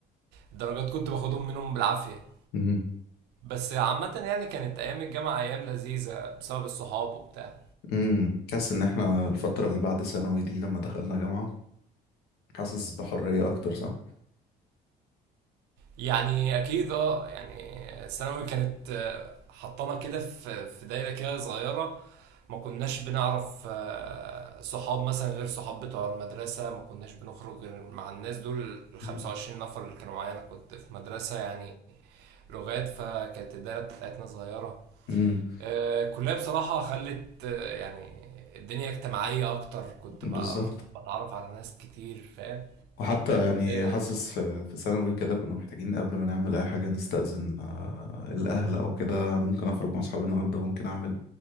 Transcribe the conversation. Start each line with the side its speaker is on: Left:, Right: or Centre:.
Right: والدرجات كنت باخدهم منهم بالعافيه
Left: مهم.
Right: بس عامه يعني كانت ايام الجامعه ايام لذيذه بسبب الصحاب وبتاع
Left: مم. حاسس إن إحنا الفترة اللي بعد ثانوي دي لما دخلنا جامعة حاسس بحرية أكتر صح؟
Right: يعني اكيد اه يعني ثانوي كانت آه، حطانا كده في في دايره كده صغيره ما كناش بنعرف آه، صحاب مثلا غير صحاب بتوع المدرسة ما كناش بنخرج غير مع الناس دول ال 25
Left: مم.
Right: نفر اللي كانوا معايا أنا كنت في مدرسة يعني لغات فكانت الدايرة بتاعتنا صغيرة
Left: مم.
Right: آه، الكلية بصراحة خلت آه، يعني الدنيا اجتماعية أكتر كنت
Left: بالظبط
Right: بقى- بتعرف على ناس كتير فاهم
Left: وحتى يعني
Right: آه،
Left: حاسس في في ثانوي كده كنا محتاجين قبل ما نعمل اي حاجه نستأذن آه، الاهل او كده ممكن اخرج مع اصحابي النهارده ممكن اعمل